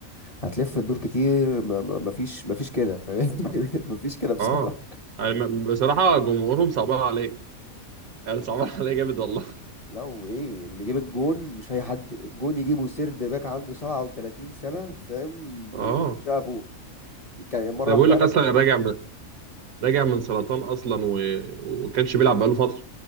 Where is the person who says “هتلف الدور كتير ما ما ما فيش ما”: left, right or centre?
Left